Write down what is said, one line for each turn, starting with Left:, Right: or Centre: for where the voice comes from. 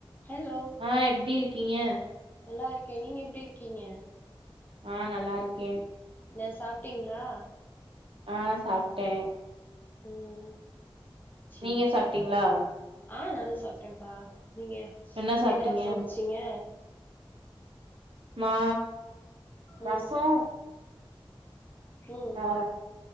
Left: Hello
Right: அ எப்டி இருக்கீங்க
Left: நல்லா இருக்கே நீங்க எப்டி இருக்கீங்க
Right: அ நல்லா இருக்கே
Left: என்ன சாப்ட்டீங்ளா
Right: ஆ சாப்ட்டே
Left: உம் சேரி
Right: நீங்க சாப்ட்டீங்களா
Left: சேரி ஆ நானும் சாப்ட்டேப்பா நீங்க
Right: என்ன சாப்ட்டீங்க
Left: என்னா சமச்சீங்க
Right: நா ரசோ
Left: ம் ம்
Right: அ